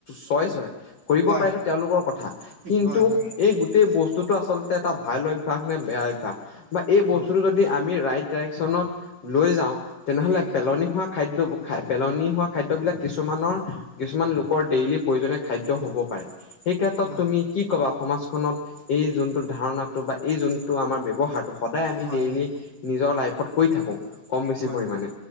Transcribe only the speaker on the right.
হয়
হয় হয়
অঁ
উম
হয়
হয়
হয়
হয়